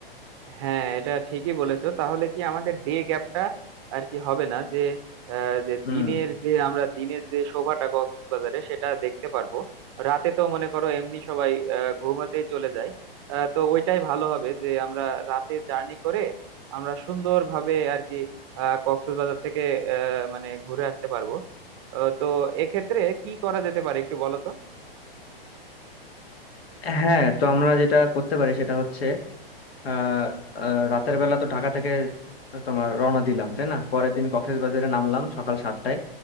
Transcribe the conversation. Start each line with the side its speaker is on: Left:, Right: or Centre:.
Right: হ্যাঁ এটা ঠিকই বলেছো তাহলে কি আমাদের ডে গ্যাপটা আর কি হবে না যে আহ, যে
Left: হুম
Right: দিনের যে আমরা দিনের যে শোভাটা কক্সবাজারে সেটা দেখতে পারবো রাতে তো মনে করো এমনি সবাই আহ, ঘুমাতেই চলে যায় আহ, তো ওইটাই ভালো হবে যে আমরা রাতে জার্নি করে আমরা সুন্দরভাবে আর কি আহ, কক্সবাজার থেকে আহ, মানে ঘুরে আসতে পারবো আহ, তো এক্ষেত্রে কি করা যেতে পারে একটু বলো তো
Left: হ্যাঁ তো আমরা যেটা করতে পারি সেটা হচ্ছে আহ আহ, রাতের বেলা তো ঢাকা থেকে তোমার রওনা দিলাম তাই না পরের দিন কক্সবাজারে নামলাম সকাল সাতটায়